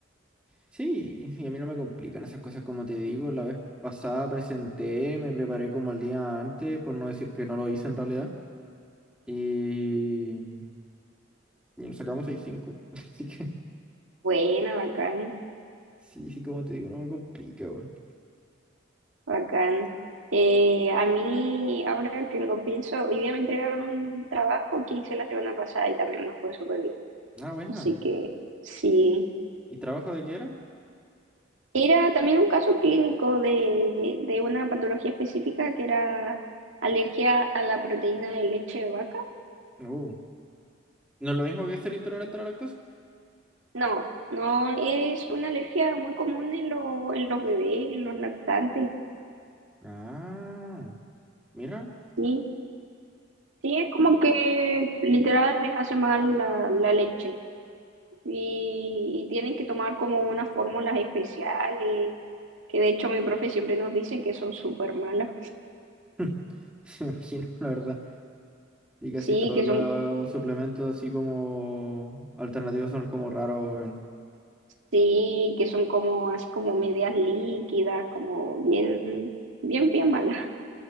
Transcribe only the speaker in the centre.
Sí, y a mí no me complican esas cosas como te digo. La vez pasada presenté, me preparé como el día antes, por no decir que no lo hice en realidad. Y Y nos sacamos 6 cinco <laughs> Así que,
sí, sí, como te digo, no me complica, weón.
Ah, buena.
¿Y trabajo de qué era?
Uh, ¿no es lo mismo que ser intolerante a la lactosa?
Ah, mira.
<laughs> Se me imagino, la verdad. Y casi
todos
los
suplementos así como alternativos son como raros, weón.